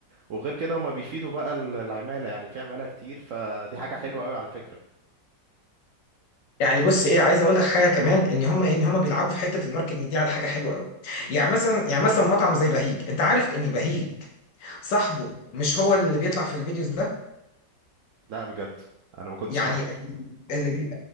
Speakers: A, on the right; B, on the left.
A: وغير كده هم بيفيدوا بقى ال- العمالة يعني في عمالة كتير فدي حاجة حلوة أوي على فكرة
B: يعني بص ايه عايز اقول لك حاجه كمان ان هم ان هم بيلعبوا في حته الماركتنج دي على حاجه حلوه قوي
A: مم.
B: يعني مثلا يعني مثلا مطعم زي بهيج انت عارف ان بهيج صاحبه مش هو اللي بيطلع في الفيديوز ده
A: لا بجد أنا ما كنتش
B: يعني
A: أعرف
B: اللي بي...